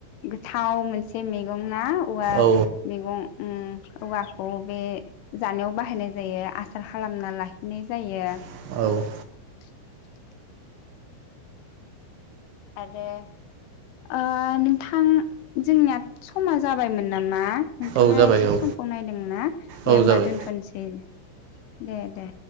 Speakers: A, on the left; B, on the right.
A: गोथाव मोनसे मैगं ना औवा
B: औ
A: मैगं उम औवाखौ बे जानायाव बाहायनाय जायो आसार खालामना लाखिनाय जायो
B: औ
A: <inaudible> आरो ओ नोंथां जोंनिया समा जाबायमोन नामा? नोंथाङा
B: औ जाबाय
A: एसे
B: औ
A: समखौ नायदोंना दे
B: औ
A: होमबा
B: जाबाय
A: दोनथ'नोसै दे दे